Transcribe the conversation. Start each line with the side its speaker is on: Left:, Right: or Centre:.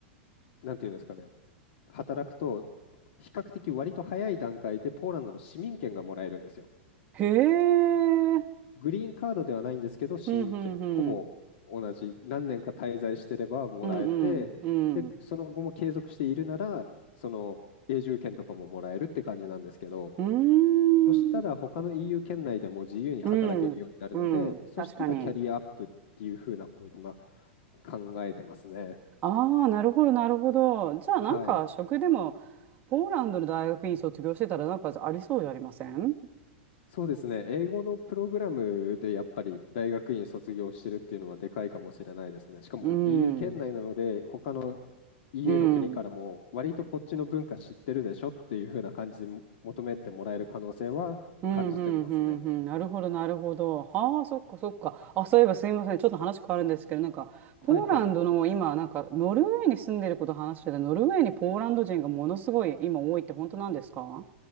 Left: なんていうんですかね、働くと、比較的割と早い段階でポーランドの市民権がもらえるんですよ。
Right: へえ。
Left: グリーンカードではないんですけど、市民権、
Right: うん、うん、うん。
Left: ほぼ同じ、何年か滞在してればもらえて、
Right: うん、うん、
Left: で、その後も継続しているなら、その永住権とかももらえるって感じなんですけど、
Right: うん。
Left: そしたら他の
Right: うーん。
Left: EU 圏内でも自由に働けるようになるので、
Right: うん。うん。
Left: そしたらキャリアアップっていうふうなことを今
Right: 確かに。
Left: 考えてますね。
Right: ああ、なるほど、なるほど。じゃあ、
Left: はい。
Right: なんか、食でも、ポーランドの大学院卒業してたら、なんかありそうじゃありません
Left: そうですね。英語のプログラムでやっぱり大学院卒業してるっていうのはでかいかもしれないですね。しかも
Right: うん。
Left: EU 圏内なので、他の EU
Right: うん。
Left: の国からも割とこっちの文化知ってるでしょっていうふうな感じで求めてもらえる可能性は感じてますね。
Right: うん、うん、うん、うん。なるほど、なるほど。はあ、そっか、そっか。あ、そういえばすいません。ちょっと話変わるんですけど、なんか、
Left: はいはい。
Right: ポーランドの今、なんか、ノルウェーに住んでること話してた、ノルウェーにポーランド人がものすごい今多いって本当なんですか